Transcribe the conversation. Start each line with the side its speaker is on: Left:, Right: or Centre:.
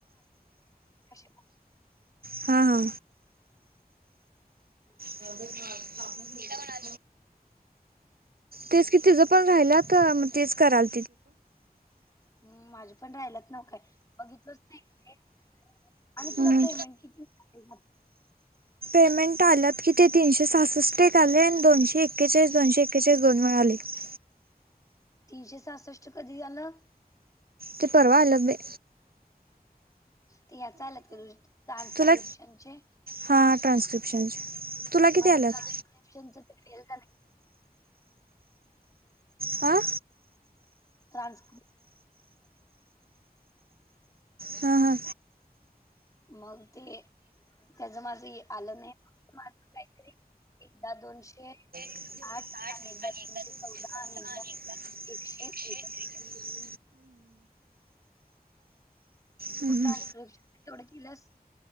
Left: श
Right: हा हा
Left: ह
Right: म्हणा तेच कि तिझं पण राहिलं तर मग तेच कराल
Left: हम् माझे पण राहिलाच नव काय बघितलंच नाही आणि तुला
Right: हम्म.
Left: पेमेंट कितीच
Right: पेमेंट आल्यात की ते तीनशे सासष्ट आले आणि दोनशे एक्केचाळीस दोनशे एक्केचाळीस दोन मिे आले ह
Left: तीनशे सासष्टष्ट कधी झालं
Right: ते परवा आल्यात बाई
Left: तर या चालत का तुझे ट्रान्स्क्रिप्शनचे
Right: तुला हां ट्रान्स्क्रिप्शनचे तुला किती
Left: माझं
Right: आल्यात
Left: ट्रान्सशनच फेल झा
Right: आा
Left: ट्रसश
Right: हा हा
Left: मग ते त्याच माझं आलं नाही माझ काहीतरी एकदा दोनशे
Right: आठ
Left: साठ आणि
Right: अनेक
Left: एकदा दोनशे चौदा
Right: चौदा
Left: आणि एकदा
Right: अनेक
Left: एकशे त्रेचाळीस
Right: एकशे हम्म,
Left: तू ट्रान्स्क्रिप्शन
Right: हम्म.
Left: तेवढं केलंस